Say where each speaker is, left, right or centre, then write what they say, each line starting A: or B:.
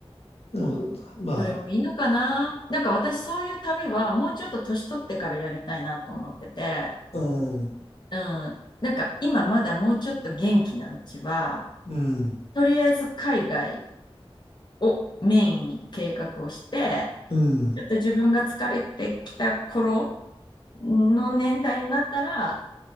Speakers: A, on the left; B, on the left.
A: でも、まあ、
B: それもいいのかななんか私そういう旅はもうちょっと年取ってからやりたいなと思ってて、
A: うん、
B: うん、なんか今まだもうちょっと元気なうちは、
A: うん、
B: とりあえず海外をメインに計画をして、
A: うん。
B: ちょっと自分が疲れてきた頃の年代になったら、